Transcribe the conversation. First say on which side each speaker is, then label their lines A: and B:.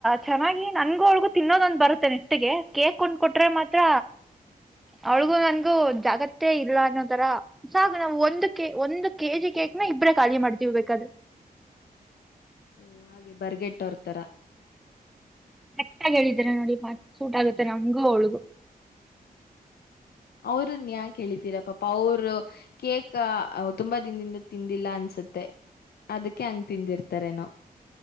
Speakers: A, in the centre; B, on the left.
A: ಚೆನ್ನಾಗಿ ನನ್ಗೂ ಒಳ್ಗೂ ತಿನ್ನೋದೊಂದ್ ಬರುತ್ತೆ ನಿಷ್ಟಿಗೆ ಕೇಕ್ ಕೊಂಡ್ ಕೊಟ್ರೆ ಮಾತ್ರ ಅವಳಿಗು
B: ಹಾ
A: ನನ್ಗೂ ಜಾಗತ್ ಅಷ್ಟೇ ಇಲ್ಲ ಅನ್ನೋತರ ಸಾಗು ನಾವು ಒಂದು ಕೆ ಒಂದು ಕೆಜಿ ಕೇಕ್ನ ಇಬ್ರೇ ಖಾಲಿ ಮಾಡ್ತೀವಬೇಕದು
B: ಓ ಹಾಗೆ ಬರ್ಗೆಟ್ಟೋರ್ತರ
A: ರಕ್ ಆಗ ಹೇಳಿದರ ನೋಡಿ ಮತ್ತ್ ಸೂಟ್ ಆಗುತ್ತೆ ನಮಂಗೂ ಅವಳಗು
B: ಅವರುನ್ ಯಾಕ ಹೇಳಿತೀರ ಪಾಪ ಅವರು ಕೇಕ್ ತುಂಬಾ ದಿನದಿಂದ ತಿಂದಿಲ್ಲ ಅನ್ಸುತ್ತೆ ಅದಕ್ಕೆ ಹಂಗ್ ತಿಂದಿರ್ತಾರೇನೋ